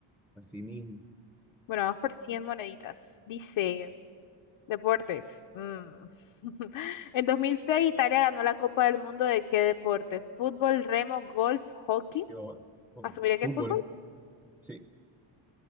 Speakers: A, in the centre; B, on the left.
A: así mismo.
B: Bueno, vamos por 100 moneditas. Dice... Deportes. mm. <laughs> En 2006 Italia ganó la Copa del Mundo de qué deporte? Fútbol, remo, golf, hockey.
A: Yo- oh,
B: ¿Asumiré que
A: fútbol,
B: es fútbol?
A: sí.